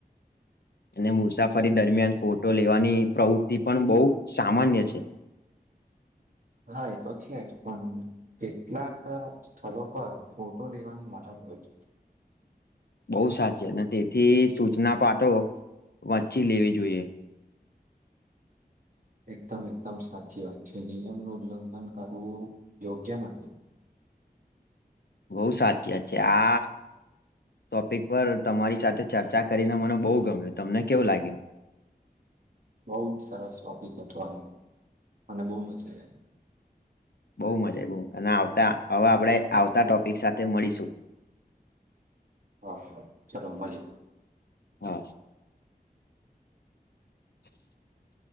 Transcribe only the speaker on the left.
અને મુસાફરી દરમિયાન ફોટો લેવાની પ્રવૃત્તિ પણ બહુ સામાન્ય છે. <inaudible>
<inaudible> બહુ સાચી અને તેથી સૂચના પાઠો વાચી લેવી જોઈએ.
બહુ સાચી છે આ ટોપિક પર તમારી સાથે ચર્ચા કરીને મને બહુ ગમ્યું, તમને કેવું લાગ્યું? <inaudible>
બો મજા આવી અને આવતા હવે આપણે આવતા ટોપિક સાથે મળીશું.
હા. <inaudible>